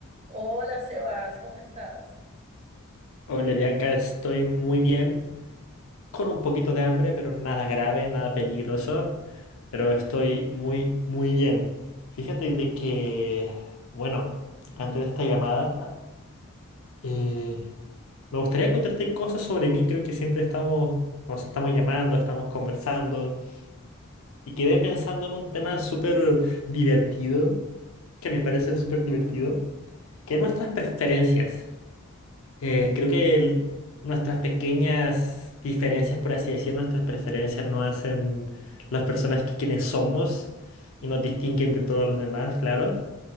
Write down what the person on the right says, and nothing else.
Hola Sebas, ¿cómo estás?